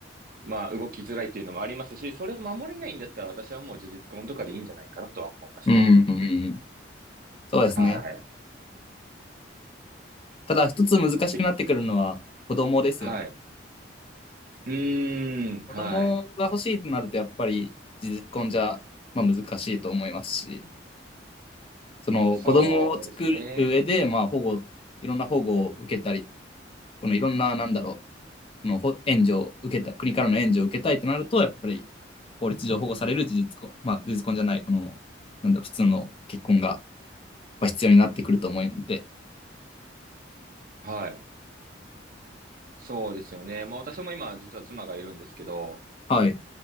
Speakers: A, on the right; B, on the left.
A: まあ、動きづらいっていうのもありますし、それを守れないんだったら私はもう事実婚とかでいいんじゃないかなとは思いますね。
B: うんうんうん。そうですね。
A: はい。
B: ただ一つ難しくなってくるのは子供ですよね。
A: け、はい。うーん、
B: 子供が欲しいとなるとやっぱり実婚じゃ、
A: はい。
B: まあ、難しいと思いますし、その子供を作る上で、
A: そうですね。
B: まあ保護、いろんな保護を受けたり、このいろんな、なんだろう、のほ援助を受けたい、国からの援助を受けたいとなると、やっぱり法律上保護される事実婚、まあ、事実婚じゃない、この、なんだろう、普通の結婚がやっぱ必要になってくると思うんで、
A: はい。そうですよね。まあ私も今実は妻がいるんですけど、
B: はい、